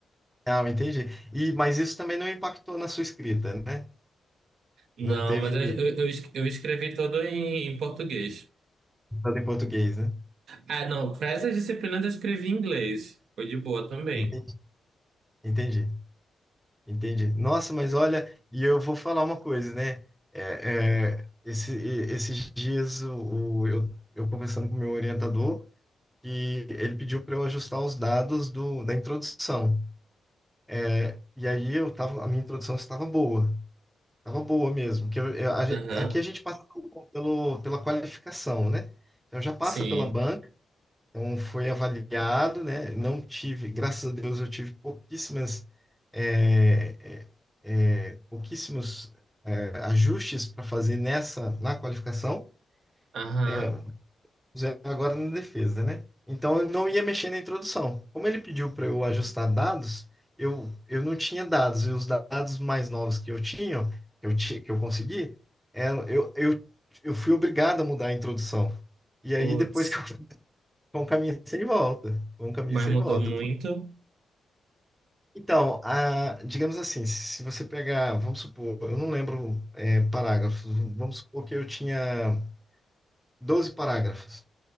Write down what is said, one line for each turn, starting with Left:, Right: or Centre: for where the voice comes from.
Centre: Ah, entendi. E, mas isso também não impactou na sua escrita, né?
Right: Não,
Centre: Não teve
Right: mas eu, eu, eu es- eu escrevi todo em, em português.
Centre: nada em português, né?
Right: Ah, não, para essas disciplinas eu escrevi em inglês. Foi de boa também.
Centre: Enten- Entendi. Entendi. Nossa, mas olha, e eu vou falar uma coisa, né? É, é, esse- e- esses dias o, o- eu, eu conversando com o meu orientador e ele pediu para eu ajustar os dados do, da introdução. É, E aí eu tava, a minha introdução estava boa, estava boa mesmo. Que eu, eu- a gen-
Right: Aham,
Centre: aqui a gente passa pelo, pelo- pela qualificação, né? Então já passa
Right: sim.
Centre: pela banca. Então, foi avaliado, né? Não tive, graças a Deus, eu tive pouquíssimas, é, é, é, pouquíssimos, é, ajustes para fazer nessa, na qualificação,
Right: Aham,
Centre: é, fizeram agora na defesa, né? Então, eu não ia mexer na introdução. Como ele pediu para eu ajustar dados, eu, eu não tinha dados, e os dados mais novos que eu tinha, que eu, ti- que eu consegui, é, eu, eu, eu fui obrigado a mudar a introdução. E aí,
Right: Putz,
Centre: depois <laughs> que eu foi um caminho sem volta. Foi um caminho
Right: mas
Centre: sem
Right: mudou
Centre: volta.
Right: muito.
Centre: Então, a- digamos assim, se você pegar, vamos supor, eu não lembro é, parágrafos, vamos supor que eu tinha 12 parágrafos,